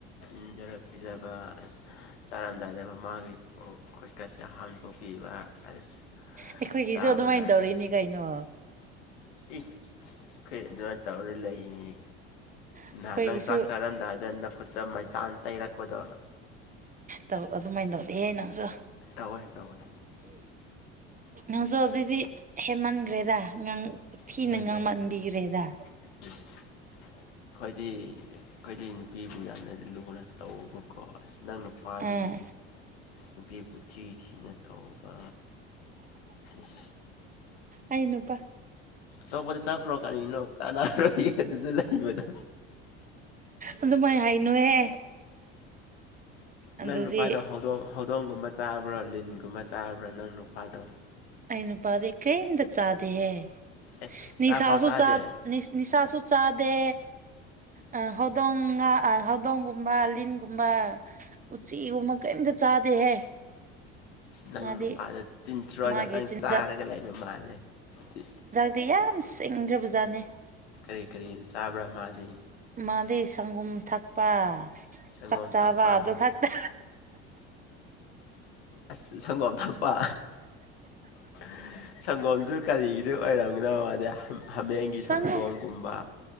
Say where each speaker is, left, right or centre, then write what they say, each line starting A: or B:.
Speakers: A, on the left; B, on the right.
A: ꯏꯟꯖꯔ ꯄꯤꯖꯕ ꯑ ꯆꯥꯔꯝꯗꯥꯏꯗꯕ ꯃꯥꯒꯤ ꯈꯨꯠꯀꯁꯦ ꯍꯥꯝꯗꯣꯛꯄꯤꯕ ꯑꯁ
B: ꯑꯩꯈꯣꯏꯒꯤꯁꯨ
A: ꯆꯥꯕ
B: ꯑꯗꯨꯃꯥꯏꯅ
A: ꯂꯣꯏꯔꯦ
B: ꯇꯧꯔꯤꯛꯅꯤ ꯀꯩꯅꯣ
A: ꯏ ꯀꯩ ꯑꯗꯨꯃꯥꯏꯅ ꯇꯧꯔ ꯂꯩꯌꯦꯅꯦ
B: ꯑꯩꯈꯣꯏꯒꯤꯁꯨ
A: ꯅꯍꯥꯟ ꯅꯪ ꯆꯥꯛ ꯆꯥꯔꯝꯗꯥꯏꯗ ꯅꯈꯨꯠꯇ ꯃꯩꯇꯥꯟ ꯇꯩꯔꯛꯄꯗꯣ
B: ꯇꯧ ꯑꯗꯨꯃꯥꯏꯅ ꯇꯧꯗꯤ ꯅꯪꯁꯨ
A: ꯇꯧꯋꯦ ꯇꯧꯋꯦ
B: ꯉꯖꯤꯛ ꯑꯗꯨꯏꯗꯤ ꯍꯦꯃꯟꯒ꯭ꯔꯦꯗ ꯉꯥꯡ ꯊꯤꯅ
A: ꯍꯦꯟꯗꯦ
B: ꯉꯥꯡꯃꯟꯕꯤꯈ꯭ꯔꯦꯗ
A: ꯍꯦꯟꯗꯦ ꯏꯁ ꯑꯩꯈꯣꯏꯗꯤ ꯑꯩꯈꯣꯏꯗꯤ ꯅꯨꯄꯤꯕꯨ ꯌꯥꯝꯅ ꯂꯨꯅ ꯇꯧꯕꯀꯣ ꯑꯁ ꯅꯪ ꯅꯨꯄꯥꯗꯤ
B: ꯑꯥ
A: ꯅꯨꯄꯤꯕꯨ ꯊꯤ ꯊꯤꯅ ꯇꯧꯕ <unintelligible>
B: ꯑꯩ ꯅꯨꯄꯥ
A: ꯑꯇꯣꯞꯄꯗ ꯆꯠꯈ꯭ꯔꯣ ꯀꯔꯤꯅꯣ ꯀꯥꯅꯥꯔꯣ ꯑꯗꯨꯗ ꯂꯩꯕꯗꯣ
B: ꯑꯗꯨꯃꯥꯏ ꯍꯥꯏꯅꯨꯍꯦ ꯑꯗꯨꯗꯤ
A: ꯅꯪ ꯅꯨꯄꯥꯗꯣ ꯍꯧꯗꯣꯡ ꯍꯧꯗꯣꯡꯒꯨꯝꯕ ꯆꯥꯕ꯭ꯔꯣ ꯂꯤꯟꯒꯨꯝꯕ ꯆꯥꯕ꯭ꯔꯣ ꯅꯪ ꯅꯨꯄꯥꯗꯣ
B: ꯑ ꯅꯨꯄꯥꯥꯗ ꯀꯩꯝꯇ ꯆꯥꯗꯦꯍꯦ
A: ꯑꯦ
B: ꯅꯤꯁꯥꯁꯨ
A: ꯆꯥꯛꯐꯥꯎ ꯆꯥꯗꯦ
B: ꯆꯥ ꯅꯤꯁꯥꯁꯨ ꯆꯥꯗꯦ ꯑ ꯍꯧꯗꯣꯡ ꯍꯧꯗꯣꯡꯒꯨꯝꯕ ꯂꯤꯟꯒꯨꯝꯕ ꯎꯆꯤꯒꯨꯝꯕ ꯀꯩꯝꯇ ꯆꯥꯗꯦꯍꯦ
A: ꯅꯪ
B: ꯃꯥꯗꯤ
A: ꯅꯨꯄꯥꯗꯣ ꯇꯤꯟꯊꯣꯔ
B: ꯃꯥꯒꯤ
A: ꯉꯥꯛꯇꯪ
B: ꯆꯤꯟ
A: ꯆꯥꯔꯒ ꯂꯩꯕ ꯃꯥꯜꯂꯦꯗꯤ
B: ꯗꯤ ꯌꯥꯝ ꯁꯤꯡꯈ꯭ꯔ ꯖꯥꯠꯅꯦ
A: ꯀꯔꯤ ꯀꯔꯤ ꯆꯥꯕ꯭ꯔꯥ ꯃꯥꯗꯤ
B: ꯃꯥꯗꯤ ꯁꯪꯒꯣꯝ ꯊꯛꯄ
A: ꯁꯪꯒꯣꯝ
B: ꯆꯥꯛꯆꯥꯥꯕ
A: ꯊꯛꯄ
B: ꯑꯗꯨ ꯈꯛꯇ
A: ꯑꯁ ꯁꯪꯒꯣꯝ ꯊꯥꯛꯄ <unintelligible> ꯁꯪꯒꯣꯝꯁꯨ ꯀꯔꯤꯁꯨ ꯑꯣꯏꯔꯝꯒꯅꯣ ꯍꯥꯏꯗꯤ ꯍꯥꯃꯦꯡꯒꯤ
B: ꯁꯪꯒꯣꯝ
A: ꯁꯪꯒꯣꯝꯒꯨꯝꯕ